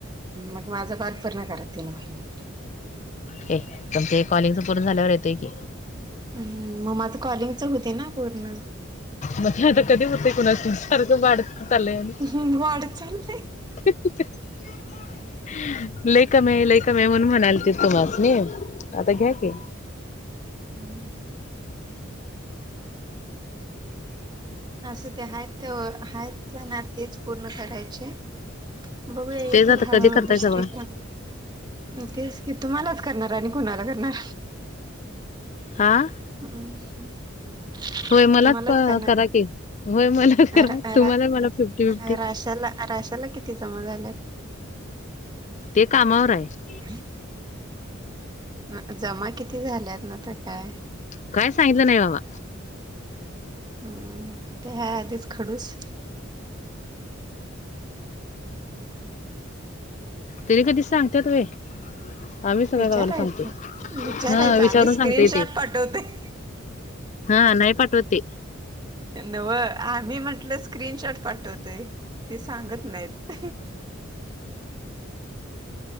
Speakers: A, on the right; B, on the left.
A: मग माझा कॉल पूर्ण करा तीन महिने
B: हे तुमच कॉलिंगच पूर्ण झाल्यावर येतंय की,
A: हम्म मग माझं कॉलिंगच होतय ना पूर्ण.
B: म ते आता कधी होतय कुणाश ठाऊक, सारखं वाढत चाललंय आणि
A: हम्म वाढत चाललंय.
B: <inaudible> लय कमी आहे लय कमी आहे, म्हणून म्हणालतीत तुम्हासनी आता घ्या की,
A: हम्म असू ते आहेत तेव, आहेत तेना तेच पूर्ण करायचे. बघूया येतील
B: तेच आता
A: हळूहळू
B: कधी करताय
A: दुसरे
B: सगळं
A: पण हुं तेच की, तुम्हालाच करणार आणि कुणाला करणार?
B: हां?
A: हूं. <unintelligible>
B: होय मलाच
A: तुम्हालाच
B: क-
A: करणार
B: करा की होय मला करा
A: अर आरा
B: तुम्हाला मला फिफ्टी फिफ्टी
A: <inaudible> राशाला रा त्याला किती जमा झाल्यात?
B: ते कामावर य.
A: <inaudible> हुं, जमा किती झाल्यात ना तर काय?
B: कायच सांगितलं नाही बाबा.
A: हम्म ते आहे आधीच खडूस.
B: त्यांनी कधी सांगत्यात व्हय. आम्ही सगळ्या
A: <inaudible> विचारायच-विचारायच
B: गावाला सांगतोय हा विचारून
A: आम्ही स्क्रीनशॉट
B: सांगतोय ते
A: पाठवतोय.
B: हा नाही पाठवत‌ ते.
A: नवं आम्ही म्हटलं स्क्रीनशॉट पाठवतोय ते, सांगत नइत.